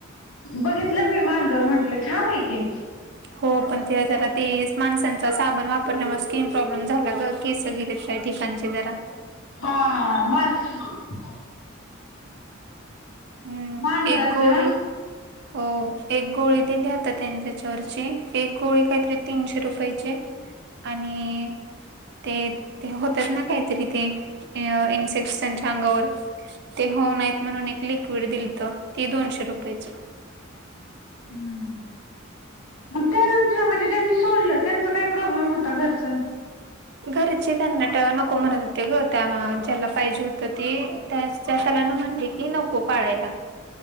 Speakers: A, on the left; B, on the right.
A: बघितलं मी मांजर म्हंटलं छान हाय की.
B: हो पण तेि जरा ते माणसांचा साबण वापरल्यामुळे स्किन प्रॉब्लेम झाला ग केस सग ठिकाणची जरा
A: <unintelligible>
B: हम्म
A: मांजराची
B: एक गोळी
A: ना.
B: हो एक गोळी दिली होति आता त्यांनी त्याच्यावरची. एक गोळी काय तरी तीनशे रुपयाची हाय आणि ते ते होतात ना काहीतरी ते इन्सेक्टसांच्या अंगावर. ते होऊ नयेत म्हणून एक लिक्विड दिलत ते दोनशे रुपयाचं.
A: हम्म. हा त्यांनी म्हणजे ज्यांनी सोडलं त्यांचा काय प्रॉब्लेम होता घरचा
B: घरचे त्यांनाट नको म्हणत होते ग त्या ज्याला पाहिजे होत ते त्या. त्यालान म्हणले की नको पाळायला.